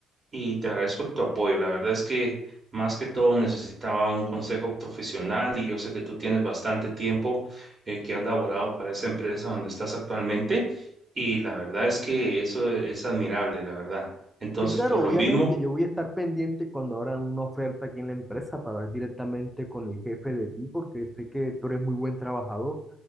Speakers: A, on the right; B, in the centre.
A: Y te agradezco tu apoyo. La verdad es que más que todo necesitaba un consejo profesional y yo sé que tú tienes bastante tiempo eh, que has laborado para esa empresa donde estás actualmente y la verdad es que eso es admirable, la verdad. Entonces,
B: Y claro,
A: por
B: obviamente
A: lo mismo,
B: yo voy a estar pendiente cuando abran una oferta aquí en la empresa para hablar directamente con el jefe de ti, porque sé que tú eres muy buen trabajador.